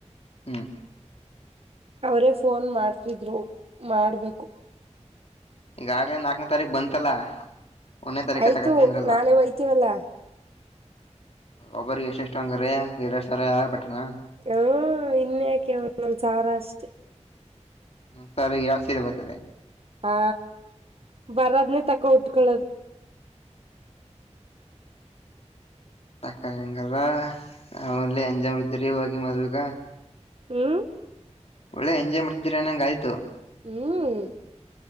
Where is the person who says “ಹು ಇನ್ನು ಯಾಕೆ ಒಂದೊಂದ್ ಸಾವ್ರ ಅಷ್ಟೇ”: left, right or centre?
Right